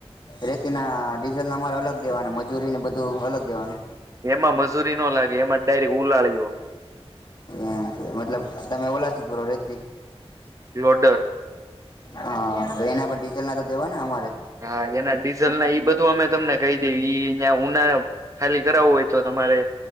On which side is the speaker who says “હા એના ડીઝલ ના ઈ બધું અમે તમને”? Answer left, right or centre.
Right